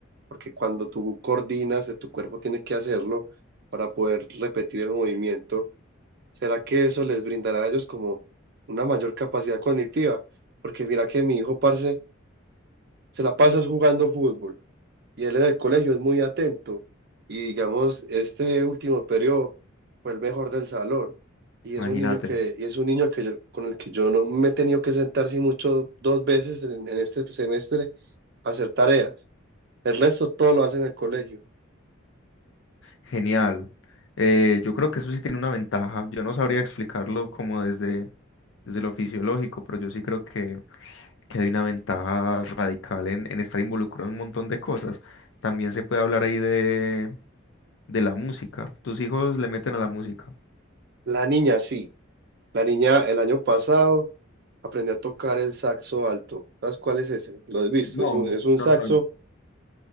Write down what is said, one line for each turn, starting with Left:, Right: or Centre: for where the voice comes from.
Right: porque cuando tú coordinas, tu cuerpo tiene que hacerlo para poder repetir el movimiento, ¿será que eso les brindará a ellos como una mayor capacidad cognitiva? Porque mira que mi hijo, parce, se la pasa jugando fútbol y él en el colegio es muy atento. Y digamos, este último periodo fue el mejor del salón. Y es
Left: imagínate.
Right: un niño que, y es un niño que yo- con el que yo no me he tenido que sentar sin mucho dos veces en, en este semestre a hacer tareas. El resto todo lo hace en el colegio.
Left: Genial. Eh, yo creo que eso sí tiene una ventaja. Yo no sabría explicarlo como desde, desde lo fisiológico, pero yo sí creo que que hay una ventaja radical en, en estar involucrado en un montón de cosas. También se puede hablar ahí de, de la música. ¿Tus hijos le meten a la música?
Right: La niña sí. La niña el año pasado aprendió a tocar el saxo alto. ¿Sabes cuál es ese? Lo has visto.
Left: No,
Right: Es un,
Left: no,
Right: es un
Left: no,
Right: saxo.
Left: no.